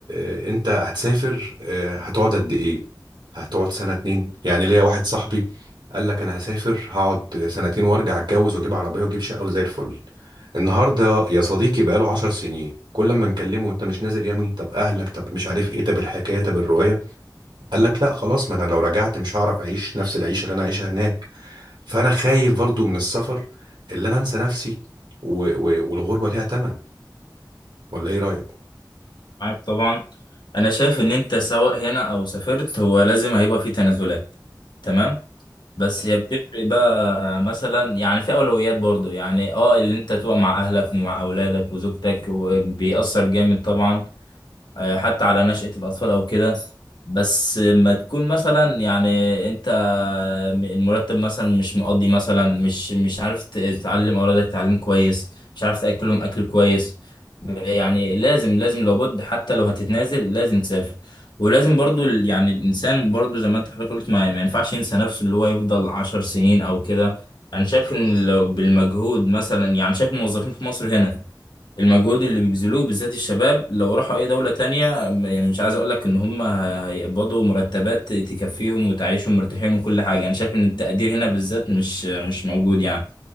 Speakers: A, on the right; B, on the left.
A: آه، آه، انت هتسافر آه، هتقعد قد ايه هتقعد سنة اتنين يعني ليا واحد صاحبي قال لك انا هسافر هقعد سنتين وارجع اتجوز واجيب عربية واجيب شقة وزي الفل النهاردة يا صديقي بقاله عشر سنين كل ما نكلمه انت مش نازل يا ابني طب اهلك طب مش عارف ايه طب الحكاية طب الرواية قال لك لا خلاص ما انا لو رجعت مش هعرف اعيش نفس العيشة اللي انا عايشها هناك فانا خايف برضو من السفر اللي انا انسى نفسي و... و... والغربة ليها تمن ولا ايه رأيك
B: معاك طبعا انا شايف ان انت سواء هنا او سافرت هو لازم هيبقى في تنازلات تمام بس هي بتفرق بقى مثلا يعني في اولويات برضو يعني اه اللي انت تبقى مع اهلك ومع اولادك وزوجتك وبيأثر جامد طبعا آه، حتى على نشأة الأطفال أو كده بس ما تكون مثلا يعني أنت المرتب مثلا مش مقضي مثلا مش مش عارف ت- تعلم أولادك تعليم كويس مش عارف تأكلهم أكل كويس يعني لازم لازم لابد حتى لو هتتنازل لازم تسافر ولازم برضو ال- يعني الإنسان برضو زي ما أنت حضرتك قلت ما, ما ينفعش ينسى نفسه اللي هو يفضل عشر سنين أو كده أنا شايف إن لو بالمجهود مثلا يعني شايف الموظفين في مصر هنا المجهود اللي بيبذلوه بالذات الشباب لو راحوا اي دولة تانية م- يعني مش عايز اقول لك ان هم ه- هيقبضوا مرتبات تكفيهم وتعيشهم مرتاحين وكل حاجة انا شايف ان التقدير هنا بالذات مش مش موجود يعني